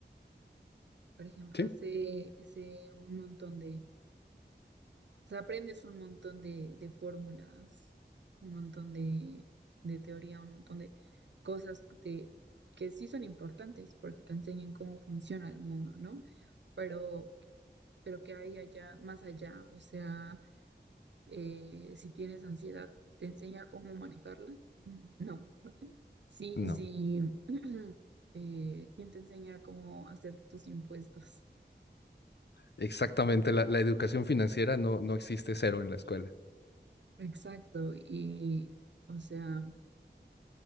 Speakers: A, on the right; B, on the left.
A: por ejemplo,
B: sí,
A: sé, sé un montón de O sea, aprendes un montón de, de fórmulas, un montón de, de teoría, un montón de cosas de- que sí son importantes porque te enseñan cómo funciona el mundo, ¿no? Pero, pero que hay allá, más allá, o sea, eh, si tienes ansiedad, ¿te enseña cómo manejarla? Mm, No. Sí,
B: no,
A: sí. <clears throat> eh, ¿quién te enseña cómo hacer tus impuestos?
B: exactamente, la, la educación financiera no, no existe cero en la escuela.
A: <laughs> Exacto. Y, o sea...